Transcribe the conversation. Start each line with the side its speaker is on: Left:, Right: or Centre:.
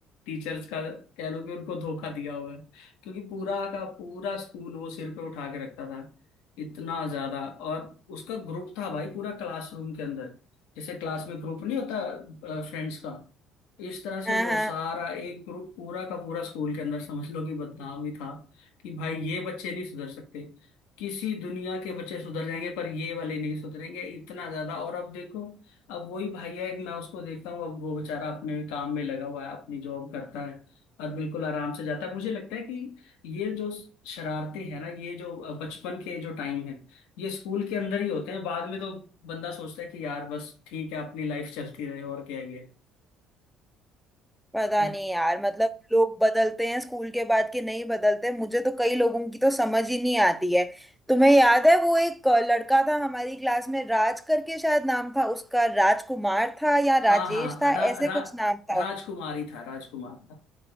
Left: टीचर्स का कह लो कि उनको धोखा दिया होगा क्योंकि पूरा का पूरा स्कूल वो सिर पे उठा के रखता था इतना ज्यादा और उसका ग्रुप था भाई पूरा क्लासरूम के अंदर जैसे क्लास में ग्रुप नहीं होता फ्रेंड्स का इस तरह से
Centre: हाँ
Left: वो
Centre: हाँ
Left: सारा एक ग्रुप पूरा का पूरा स्कूल के अंदर समझ लो कि बदनाम ही था कि भाई ये बच्चे नहीं सुधर सकते किसी दुनिया के बच्चे सुधर जाएंगे पर ये वाले नहीं सुधरेंगे इतना ज्यादा और अब देखो अब वही भैया एक मैं उसको देखता हूँ अब वो बेचारा अपने काम में लगा हुआ है अपनी जॉब करता है और बिल्कुल आराम से जाता है मुझे लगता है कि ये जो शरारतें हैं ना ये जो बचपन के जो टाइम है ये स्कूल के अंदर ही होते हैं बाद में तो बंदा सोचता है कि यार बस ठीक है अपनी लाइफ चलती रहे और क्या ही
Centre: पता
Left: है
Centre: नहीं यार मतलब लोग बदलते हैं स्कूल के बाद के नहीं बदलते मुझे तो कई लोगों की तो समझ ही नहीं आती है तुम्हें याद है वो एक अ, लड़का था हमारी क्लास में राज करके शायद नाम था उसका राजकुमार था या
Left: हाँ
Centre: राजेश
Left: हाँ
Centre: था
Left: रा,
Centre: ऐसे
Left: रा,
Centre: कुछ नाम था
Left: राजकुमार ही था राजकुमार था